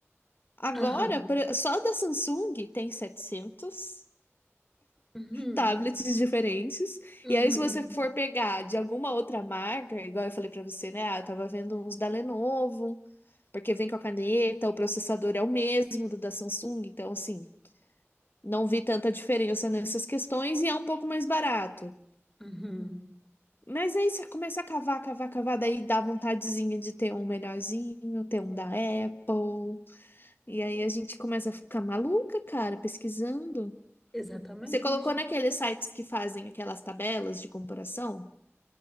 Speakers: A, on the left; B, in the centre.
A: Agora,
B: aham,
A: por- só da Samsung tem 700
B: uhum,
A: tablets diferentes.
B: uhum,
A: E aí, se você for pegar de alguma outra marca, igual eu falei pra você, né? Ah, eu tava vendo uns da Lenovo. porque vem com a caneta, o processador é o mesmo do da Samsung, então assim, não vi tanta diferença nessas questões e é um pouco mais barato.
B: uhum.
A: Mas aí você começa a cavar, cavar, cavar, daí dá vontadezinha de ter um melhorzinho, ter um da Apple. E aí a gente começa a ficar maluca, cara, pesquisando.
B: Exatamente.
A: Você colocou naqueles sites que fazem aquelas tabelas de comparação?